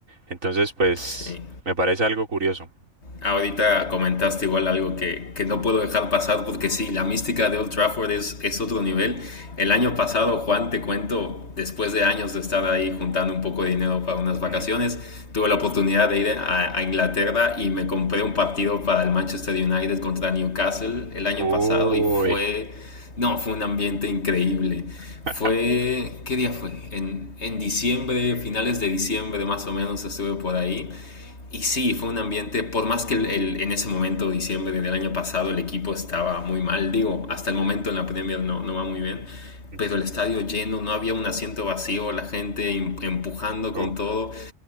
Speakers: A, on the right; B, on the left.
A: Entonces, pues,
B: Sí.
A: me parece algo curioso.
B: Ahorita comentaste igual algo que, que, no puedo dejar pasar porque sí, la mística de Old Trafford es, es otro nivel. El año pasado, Juan, te cuento, después de años de estar ahí juntando un poco de dinero para unas
A: Ujú.
B: vacaciones, tuve la oportunidad de ir a, a Inglaterra y me compré un partido para el Manchester United contra Newcastle el año
A: Uy.
B: pasado y fue, no, fue un ambiente increíble
A: <laughs>
B: fue, ¿qué día fue? En, en, diciembre, finales de diciembre más o menos estuve por ahí y sí, fue un ambiente, por más que el- el- en ese momento, diciembre del año pasado, el equipo estaba muy mal, digo, hasta el momento en la Premier no, no va muy bien,
A: Ujú.
B: pero el estadio lleno, no había un asiento vacío, la gente em- empujando
A: Uf.
B: con todo.